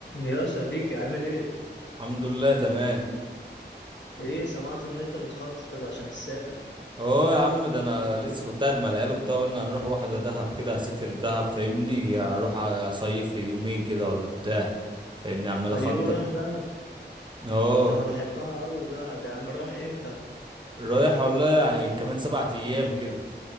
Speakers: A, on the left; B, on the right.
A: يا صديقي عامل ايه؟
B: الحمد لله تمام
A: ايه سمعت ان انت بتخطط عشان تسافر
B: اه يا عم ده انا لسه كنت قاعد مع العيال وبتاع قلنا هنروح واحده دهب كده هسافر دهب فاهمني اروح اصيف لي يومين كده ولا بتاع فاهمني عمال
A: ايوه
B: اخطط
A: رايح دهب
B: اه
A: ده انا بحبها قوي دهب يا عم رايح امتى؟
B: رايح والله يعني كمان سبعة ايام كده